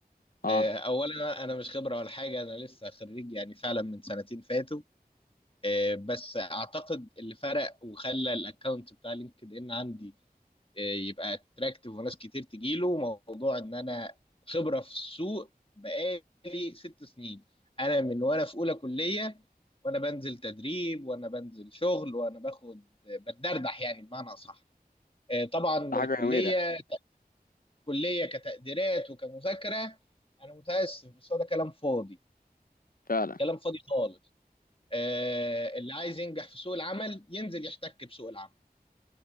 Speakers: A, on the left; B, on the left.
A: اه
B: آه، اولا انا مش خبره ولا حاجه انا لسه خريج يعني فعلا من سنتين فاتوا آه، بس اعتقد اللي فرق وخلى الاكونت بتاع لينكد ان عندي آه، يبقى اتراكتيف وناس كتير تجيله موضوع ان انا خبره في السوق بقالي ست سنين انا من وانا في اولى كليه وانا بنزل تدريب وانا بنزل شغل وانا باخد بتدردح يعني بمعنى اصح آه، طبعا
A: ده حاجة
B: الكليه
A: جميلة
B: الكليه كتقديرات وكمذاكره انا متاسف بس هو ده كلام فاضي
A: فعلا
B: كلام فاضي خالص آه، اللي عايز ينجح في سوق العمل ينزل يحتك بسوق العمل